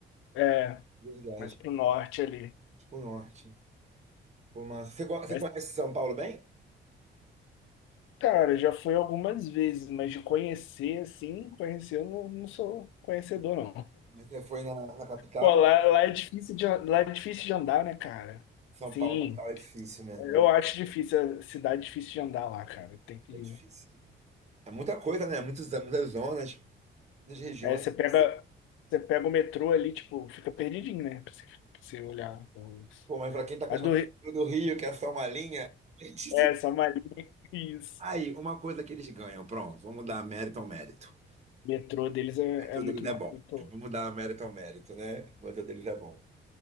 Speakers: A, on the left; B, on the right.
A: É,
B: Verdade.
A: mais pro norte ali.
B: Tipo norte. Pô, mas você, go- você
A: Mas
B: conhece São Paulo bem?
A: Cara, já fui algumas vezes, mas de conhecer, assim, conhecer, eu não, não sou conhecedor, não.
B: Você foi na, na capital?
A: Pô, lá, lá é difícil de, lá é difícil de andar, né, cara?
B: São
A: Sim,
B: Paulo, capital, é difícil mesmo,
A: eu
B: né?
A: acho difícil, a cidade é difícil de andar lá, cara. Tem que...
B: É difícil. É muita coisa, né? Muitos, muitas zonas, muitas regiões.
A: É, você pega,
B: Assim,
A: você pega o metrô ali, tipo, fica perdidinho, né? Pra você, pra você olhar os...
B: Pô, mas pra quem tá acostumado
A: A do...
B: com o do Rio, que é só uma linha. <laughs>
A: É, só uma linha, <laughs> isso.
B: Aí, uma coisa que eles ganham, pronto, vamos dar mérito ao mérito.
A: O metrô deles é,
B: O mérito
A: é muito,
B: deles
A: ma-
B: é bom.
A: muito...
B: Vamos dar mérito ao mérito, né? O mérito deles é bom.